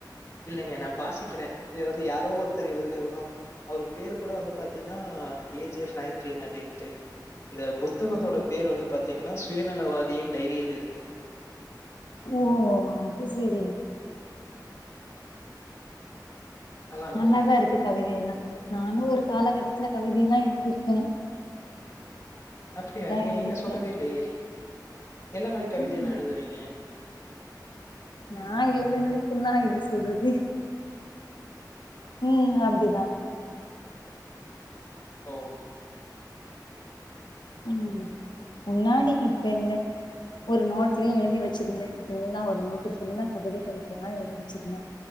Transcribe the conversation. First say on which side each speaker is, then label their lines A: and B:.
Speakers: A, on the left; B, on the left.
A: இல்லைங்க நான் வாசிக்கிறேன் இத வந்து யாரோ ஒருத்தர் எழுதுனதுதா அவரு பேர் கூட வந்து பாத்தீன்னா ஏ ஜே பிராங்க்லீன் அப்படின்ட்டு இந்த புத்தகத்தோட
B: ம்
A: பேர் வந்து பாத்தீங்கன்னா சுயநலவாதியின் டைரியில் இருந்து
B: ஓ அது சேரி
A: நல்லாருக்கும்.
B: நல்லாதா இருக்கு கவிதை எல்லாம் நானும் ஒரு காலகட்டத்துல கவிதை எல்லாம் எழுந்திருக்கேன்
A: அப்படியா நீங்க
B: எழுதிருக்கே
A: என்கிட்ட சொல்லவே இல்லையே என்ன மாரி கவிதை
B: ம்
A: எல்லாம் எழுதுவீங்க
B: நா எழுதுனதுகுல்லாம் எப்படி சொல்றது ம் அப்படிதான்
A: ஓ
B: உம் முன்னாடி இப்ப இல்ல ஒரு நோட்லயும் எழுதி வச்சிருந்தேன் ஃபுல்லா ஒரு நோட்டு ஃபுல்லா கவிதை கவிதையா எழுதி வச்சிருந்தேன்